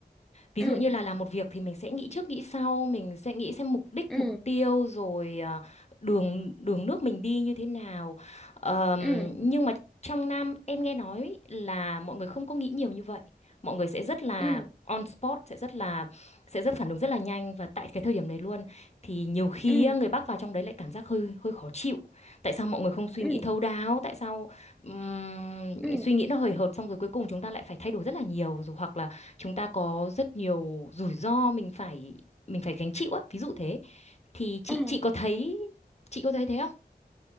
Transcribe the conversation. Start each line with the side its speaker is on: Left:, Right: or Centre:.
Left: Ví
Centre: ừ
Left: dụ như là làm một việc thì mình sẽ nghĩ trước nghĩ sau, mình sẽ nghĩ xem mục đích,
Centre: ừ
Left: mục tiêu rồi à, đường đường nước mình đi như thế nào. Ờm,
Centre: ừ
Left: nhưng mà trong Nam em nghe nói là mọi người không có nghĩ nhiều như vậy. Mọi người sẽ rất là
Centre: ừ
Left: on spot, sẽ rất là sẽ rất phản ứng rất là nhanh và tại cái thời điểm đấy luôn thì nhiều khi
Centre: ừ ừ
Left: á, người Bắc vào trong đấy lại cảm giác hơi hơi khó chịu. Tại sao mọi người không suy
Centre: ừ
Left: nghĩ thấu đáo? Tại sao ừm,
Centre: ừ
Left: suy nghĩ nó hời hợt xong rồi cuối cùng chúng ta lại phải thay đổi rất là nhiều rồi hoặc là chúng ta có rất nhiều rủi ro mình phải mình phải gánh chịu á ví dụ thế thì chị
Centre: ừ
Left: chị có thấy chị có thấy thế không